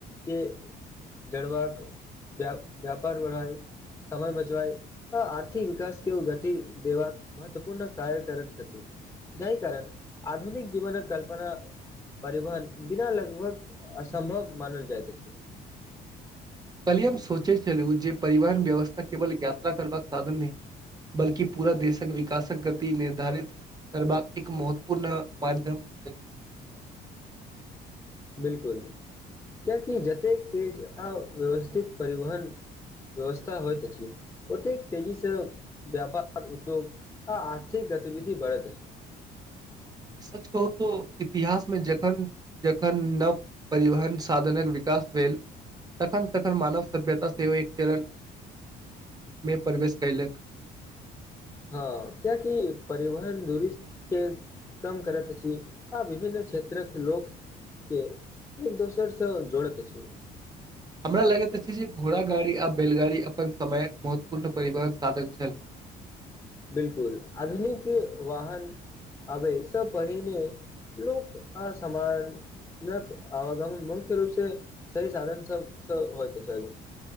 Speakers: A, on the left; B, on the right.
A: के जड़बाक, व व्यापार बढ़ाइ, समय बचाइ आ आर्थिक विकास के गति देबाक महत्वपूर्ण कार्य करैत छथि, जाहि कारण आधुनिक जीवन कल्पना परिवहन बिना लगभग असम्भव मानल जाइत अछि।
B: काल्हिये हम सोचैत छलहुं जे परिवहन व्यवस्था केवल यात्रा करबाक साधन नहि, बल्कि पूरा देशक विकासक गति निर्धारित करबाक एक महत्वपूर्ण माध्यम होइत अछि।
A: बिलकुल, कियाकि जतेक तेज आ व्यवस्थित परिवहन व्यवस्था होइत अछि ओतेक तेजीसे व्यापार उद्योग आ आर्थिक गतिविधि बढ़ैत अछि।
B: सच कहु तं इतिहासमे जखन-जखन नव परिवहन साधनक विकास भेल, तखन-तखन मानव सभ्यता सेहो एक चरण मे प्रवेश कयलक।
A: हां, कियाकि परिवहन दूरी के कम करैत अछि आ विभिन्न क्षेत्रक लोकके एक दोसरसं जोड़ैत अछि।
B: हमरा लगैत अछि जे घोड़ा गाड़ी आ बैलगाड़ी अपन समयक महत्वपूर्ण परिवहन साधन छल।
A: बिलकुल आधुनिक वाहन आबयसँ पहिने लोक असामानक आवागम मुख्य रूप से सही साधन सबसँ होइत छल।